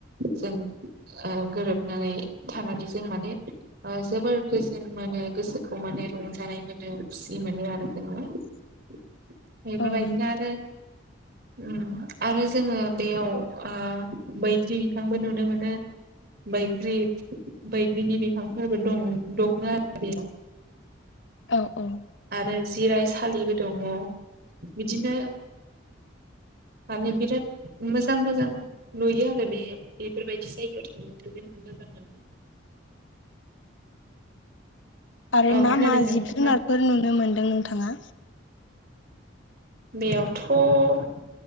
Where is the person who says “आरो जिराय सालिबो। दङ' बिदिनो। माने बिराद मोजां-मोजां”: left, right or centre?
Right